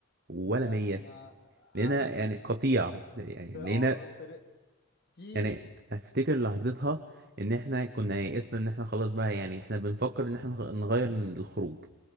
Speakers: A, on the right; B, on the left.
A: ولا
B: احنا
A: 100 لقينا
B: الف
A: يعني قطيع يعني
B: ف- اه
A: لقينا
B: فرق كتير
A: يعني افتكر لحظتها ان احنا كنا يئسنا ان احنا خلاص بقى يعني احنا بنفكر ان احنا نغ- نغير الخروج